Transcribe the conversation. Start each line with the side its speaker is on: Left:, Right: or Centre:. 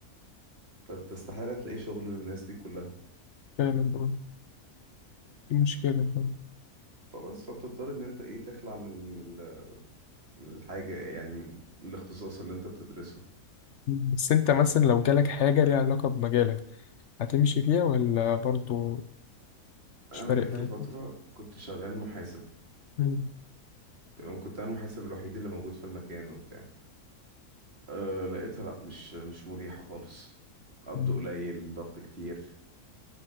Right: فأنت استحالة تلاقي شغل للناس دي كلها
Left: فعلا اه دي مشكلة فعلا
Right: فبس فبتضطر ان انت ايه تخلع من ال- من ال- من الحاجة يعني من الاختصاص اللي انت بتدرسه
Left: بس انت مثلا لو جالك حاجة ليها علاقة بمجالك هتمشي فيها ولا برضو مش
Right: انا
Left: فارق
Right: جات
Left: معاك؟
Right: لي فترة
Left: <laughs>
Right: كنت شغال محاسب
Left: مم.
Right: تمام كنت انا المحاسب الوحيد اللي موجود في المكان وبتاع أه لقيتها لا مش مش مريحة خالص قبض
Left: مم.
Right: قليل ضغط كتير